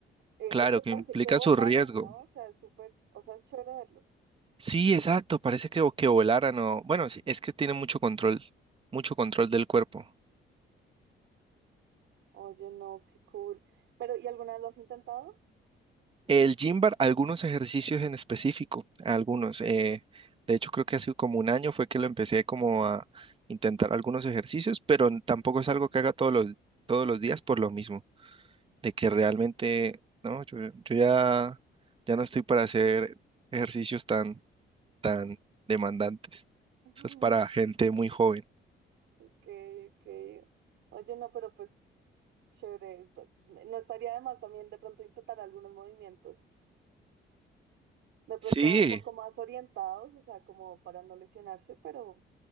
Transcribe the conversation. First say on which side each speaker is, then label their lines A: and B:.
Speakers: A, on the right; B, on the right.
A: Eh,
B: Claro,
A: es que parece
B: que implica
A: que volaran,
B: su riesgo.
A: ¿no? O sea, es súper, o sea, es chévere verlos.
B: Sí, exacto, parece que, que volaran o... Bueno, sí, es que tiene mucho control, mucho control del cuerpo.
A: Oye, no, qué cool. Pero, ¿y alguna vez lo has intentado?
B: El gym bar, algunos ejercicios en específico, algunos. eh, de hecho, creo que hace como un año fue que lo empecé como a intentar algunos ejercicios, pero n- tampoco es algo que haga todos los, todos los días por lo mismo, de que realmente, no, yo, yo ya, ya no estoy para hacer ejercicios tan, tan demandantes.
A: <laughs>
B: Eso es para gente muy joven.
A: Ok, ok. Oye, no, pero pues chévere. No estaría de más también de pronto intentar algunos movimientos. De pronto
B: Sí,
A: un poco más orientados, o sea, como para no lesionarse, pero